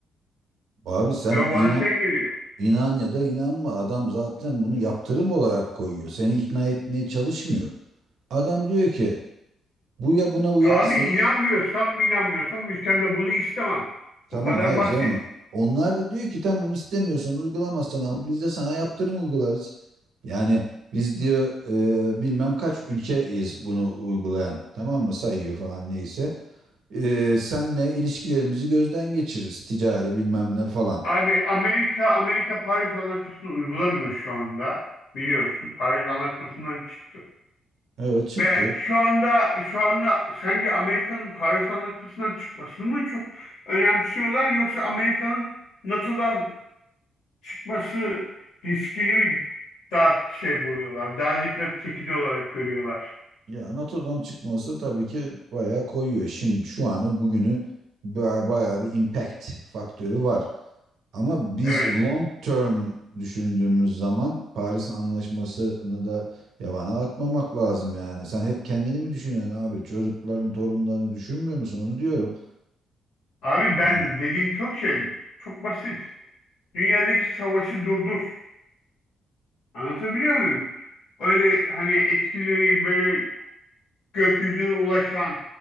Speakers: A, on the right; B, on the left.
A: Abi sen
B: Ve o
A: inan
B: bana şey geliyor.
A: İnan ya da inanma adam zaten bunu yaptırım olarak koyuyor. Seni ikna etmeye çalışmıyor. Adam diyor ki bu ya buna uyarsın.
B: Abi inanmıyorsam inanmıyorsam ülkemde bunu istemem.
A: Tamam
B: Bu kadar
A: hayır
B: basit.
A: canım. Onlar da diyor ki tamam istemiyorsan uygulamazsan abi biz de sana yaptırım uygularız. Yani biz diyor e, bilmem kaç ülkeyiz bunu uygulayan. Tamam mı sayıyor falan neyse. E, senle ilişkilerimizi gözden geçiririz ticari bilmem ne falan.
B: Abi Amerika Amerika Paris Anlaşması'nı uygulamıyor şu anda. Biliyorsun Paris Anlaşması'ndan çıktı.
A: Evet çıktı.
B: Ve şu anda şu anda sence Amerika'nın Paris Anlaşması'ndan çıkmasını mı çok önemsiyorlar yoksa Amerika'nın NATO'dan çıkması riskini mi daha şey buluyorlar, daha dikkat çekici olarak görüyorlar?
A: Ya NATO'dan çıkması tabii ki bayağı koyuyor. Şimdi şu anı bugünü ba- bayağı bir impact faktörü var. Ama biz
B: Evet.
A: long term düşündüğümüz zaman Paris Anlaşması'nı da yabana atmamak lazım yani. Sen hep kendini mi düşünüyorsun abi? Çocukların, torunlarını düşünmüyor musun? Onu diyorum.
B: Abi ben
A: Yani
B: dediğim çok şey, çok basit. Dünyadaki savaşı durdur. Anlatabiliyor muyum? Öyle hani etkileri böyle gökyüzüne ulaşan